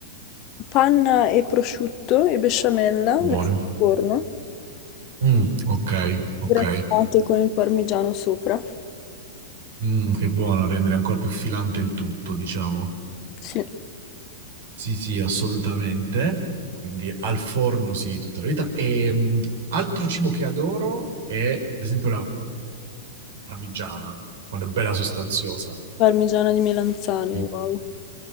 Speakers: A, on the left; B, on the right.
A: panna e prosciutto e besciamella
B: Buone.
A: messe al forno,
B: Mm, ok, ok.
A: grattate con il parmigiano sopra.
B: Mm, che buona, rendere ancora più filante il tutto, diciamo.
A: Sì,
B: Sì, sì, assolutamente. Quindi al forno, sì, tutta la vita. E mm, altro cibo che adoro è, per esempio, la parmigiana, quando è bella sostanziosa.
A: parmigiana di melanzane,
B: Sì.
A: wow.